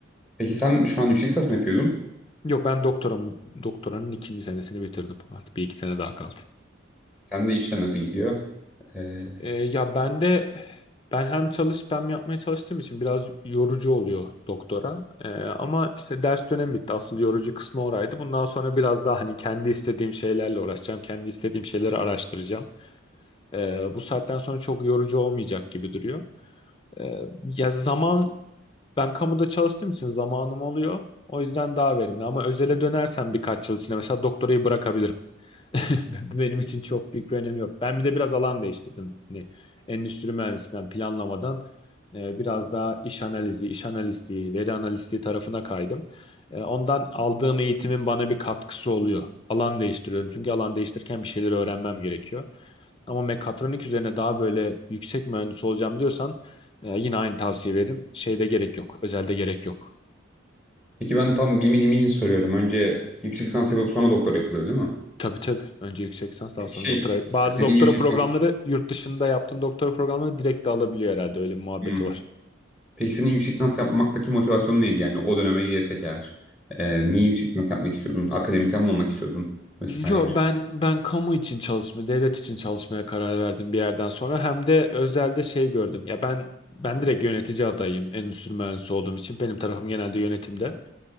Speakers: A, in the centre; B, on the left.
A: peki sen şu an yüksek lisans mı yapıyordun?
B: Yok ben doktoram, doktoranın ikinci senesini bitirdim. Artık bir iki sene daha kaldı.
A: Sen de işler nasıl gidiyor? Ee,
B: Ee, ya ben de ben hem çalış hem yapmaya çalıştığım için biraz yorucu oluyor doktora. Ee, ama işte ders dönemi bitti. Asıl yorucu kısmı oraydı. Bundan sonra biraz daha hani kendi istediğim şeylerle uğraşacağım. Kendi istediğim şeyleri araştıracağım. Ee, bu saatten sonra çok yorucu olmayacak gibi duruyor. Ee, ya zaman Ben kamuda çalıştığım için zamanım oluyor. O yüzden daha verimli. Ama özele dönersem birkaç yıl içinde mesela doktorayı bırakabilirim. <laughs> Benim için çok büyük bir önemi yok. Ben bir de biraz alan değiştirdim. Hani endüstri mühendisinden planlamadan e, biraz daha iş analizi, iş analisti, veri analisti tarafına kaydım. E, ondan aldığım eğitimin bana bir katkısı oluyor. Alan değiştiriyorum. Çünkü alan değiştirirken bir şeyleri öğrenmem gerekiyor. Ama mekatronik üzerine daha böyle yüksek mühendis olacağım diyorsan e, yine aynı tavsiye veririm. Şeyde gerek yok. Özelde gerek yok.
A: peki ben tam bilmediğim için soruyorum. Önce yüksek lisans yapıp sonra doktor yapılıyor değil mi?
B: Tabii tabii. Önce yüksek lisans daha
A: Peki
B: sonra
A: şey
B: doktora. Bazı
A: mesela senin
B: doktora
A: yüksek
B: programları
A: lisans,
B: yurt dışında yaptığın doktora programını direkt de alabiliyor herhalde. Öyle bir muhabbeti
A: Hmm.
B: var.
A: Peki senin yüksek lisans yapmaktaki motivasyonun neydi yani o döneme gidersek eğer? Ee, niye yüksek lisans yapmak istiyordun? Akademisyen mi olmak istiyordun? Vesaire.
B: Yo ben ben kamu için çalışma, devlet için çalışmaya karar verdim bir yerden sonra. Hem de özelde şey gördüm. Ya ben ben direkt yönetici adayım endüstri mühendisi olduğum için. Benim tarafım genelde yönetimde.